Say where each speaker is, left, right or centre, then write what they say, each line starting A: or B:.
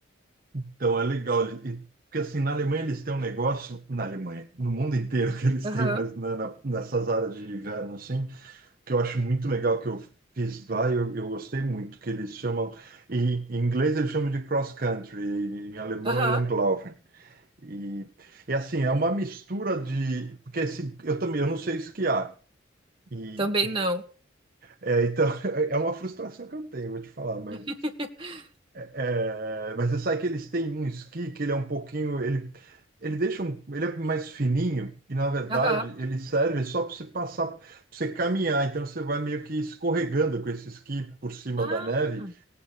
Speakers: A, on the right; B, on the right.
A: Então, é legal. ele- e- Porque, assim, na Alemanha eles têm um negócio... Na Alemanha, no mundo inteiro que eles
B: Aham,
A: têm, mas na- na- nessas áreas de inverno, assim, que eu acho muito legal, que eu fiz lá e eu, eu gostei muito, que eles chamam... Em, em inglês eles chamam de cross-country, em alemão
B: aham,
A: é Langlaufen. E, e, assim, é uma mistura de... Porque esse, eu também, eu não sei esquiar. E,
B: também
A: e-
B: não.
A: é, então, <laughs> é uma frustração que eu tenho, vou te falar, mas
B: <laughs>
A: é, mas você sabe que eles têm um esqui que ele é um pouquinho. Ele, ele deixa um. Ele é mais fininho e, na verdade,
B: Aham.
A: ele serve só para você passar, para você caminhar. Então você vai meio que escorregando com esse esqui por cima
B: Ah,
A: da neve.